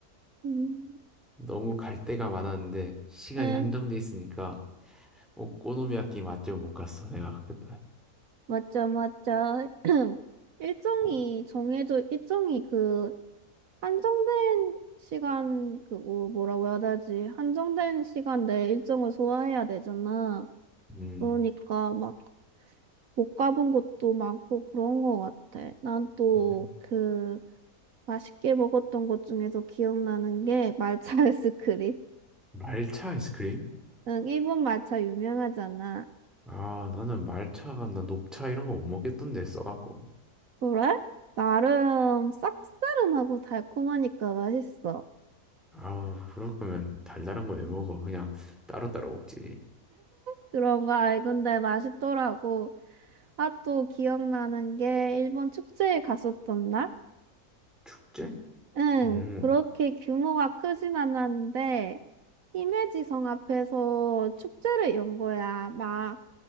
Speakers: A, on the right; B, in the centre.
A: 음.
B: 너무 갈 데가 많았는데 시간이
A: 응,
B: 한정돼 있으니까 오코노미야키 맛집은 못 갔어, 내가 그때.
A: 맞죠, 맞죠. <clears throat> 일정이
B: 어,
A: 정해져, 일정이 그 한정된 시간 그거 뭐라고 해야 되지? 한정된 시간 내 일정을 소화해야 되잖아.
B: 음.
A: 그러니까 막 못 가본 곳도 많고 그런 거 같아. 난 또
B: 네.
A: 그 맛있게 먹었던 것 중에서 기억나는 게 말차 아이스크림.
B: 말차 아이스크림?
A: 응, 일본 말차 유명하잖아.
B: 아, 나는 말차가 나 녹차 이런 거 못 먹겠던데 써갖고.
A: 그래? 나름 쌉싸름하고 달콤하니까 맛있어.
B: 아, 그럴 거면 달달한 거 왜 먹어? 그냥 따로따로 먹지.
A: 그런 거 알건데 맛있더라고. 아, 또 기억나는 게 일본 축제에 갔었던 날?
B: 축제?
A: 응,
B: 음.
A: 그렇게 규모가 크진 않았는데 히메지성 앞에서 축제를 연 거야. 막